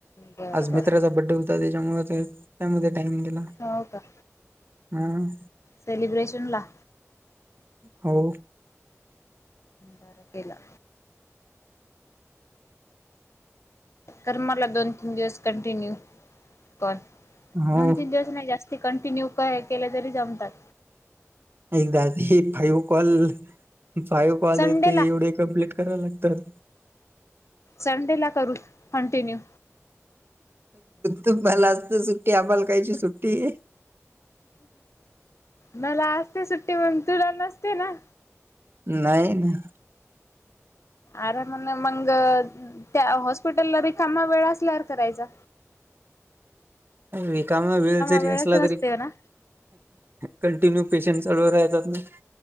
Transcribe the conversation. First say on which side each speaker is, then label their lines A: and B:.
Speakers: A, on the left (about 65°); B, on the right (about 45°).
A: बरं
B: आज
A: बरं
B: मित्राचा बड्डे होतो. त्याच्यामुळे ते त्यामध्ये टाईम गेला.
A: हो का
B: हम्म
A: सेलिब्रेशनला.
B: हो
A: बर केला. कर मला दोन तीन दिवस कंटिन्यू कॉल.
B: हो
A: दोन तीन दिवस नाही जास्त ते कंटिन्यू उपाय केले तरी जमतात.
B: एकदा फाइव कॉल फाइव कॉल
A: संडेला
B: य ते एवढे कम्प्लीट करायला लागतात.
A: संडेला करू कंटिन्यू.
B: तुमला असते सुट्टी आम्हाला कायची सुट्टी आहे.
A: मला असते सुट्टी मग तुला नसते ना.
B: नाही नाही
A: आरामन मंगत त्या हॉस्पिटलला रिकामा वेळ असल्यावर करायचा.
B: रिकामा वेळ जरी
A: वेळच
B: असला
A: नसते
B: तरी
A: ना.
B: कंटिन्यू पेशंट चालू राहतात ना